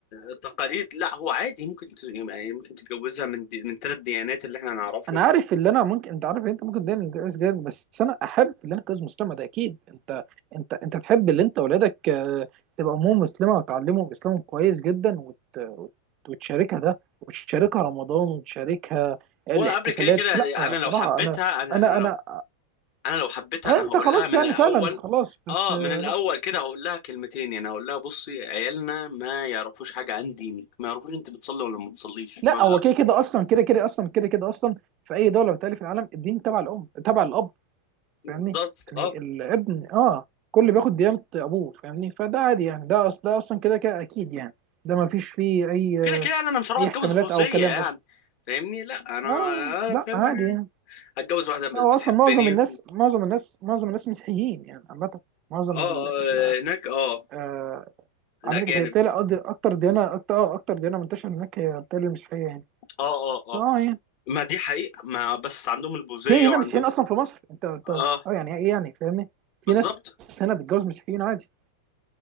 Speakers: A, on the left (about 50°); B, on the right (about 40°).
A: التقاليد لا هو عادي ممكن ت- يعني ممكن تتجوزها من دي من ثلاث ديانات اللي احنا نعرفهم
B: انا عارف اللي انا ممكن انت عارف ان انت ممكن دايما جايز جامد بس انا احب اللي انا كجوز مسلمه ده اكيد انت انت انت تحب اللي انت اولادك آه، تبقى امهم مسلمه وتعلمهم اسلامهم كويس جدا وت... وت- وتشاركها ده وتشاركها رمضان وتشاركها الاحتفالات
A: وانا قبل كده كده
B: لا
A: انا
B: صراحه
A: لو حبيتها
B: انا
A: انا
B: انا
A: انا لو
B: انا
A: انا لو حبيتها
B: آه،
A: انا
B: انت
A: هقول
B: خلاص
A: لها من
B: يعني
A: الاول
B: فعلا خلاص بس
A: اه
B: آه،
A: من الاول
B: لا
A: كده هقول لها كلمتين يعني هقول لها بصي عيالنا ما يعرفوش حاجه عن دينك ما يعرفوش انت بتصلي ولا ما بتصليش
B: لا
A: ما
B: هو كده كده اصلا كده كده اصلا كده كده اصلا في اي دوله بتالي في العالم الدين تبع الام تبع الاب
A: بالظبط
B: فاهمني يعني
A: اه
B: الابن اه كل بياخد ديانة ابوه فاهمني فده عادي يعني ده أص... ده اصلا كده كده اكيد يعني ده ما فيش فيه اي
A: كده كده يعني انا مش هروح
B: اي
A: اتجوز
B: احتمالات
A: بوزية
B: او كلام
A: يعني
B: اصلا
A: فاهمني لا انا
B: اه لا
A: آه، فاهمني
B: عادي يعني
A: هتجوز واحدة بتحبني
B: لا هو اصلا معظم الناس معظم الناس معظم الناس مسيحيين يعني عامة معظم
A: اه
B: ال
A: آه،
B: ال-
A: هناك اه
B: آه
A: الاجانب
B: على فكرة هي بتالي اكتر ديانة اكتر آه اكتر ديانة منتشرة هناك هي بتالي المسيحية يعني
A: اه اه اه
B: اه يعني
A: ما دي حقيقة ما بس عندهم البوزية
B: في هنا
A: وعندهم
B: مسيحيين اصلا في مصر انت انت
A: اه
B: اه يعني ايه يعني فاهمني في
A: بالظبط
B: ناس هنا بتتجوز مسيحيين عادي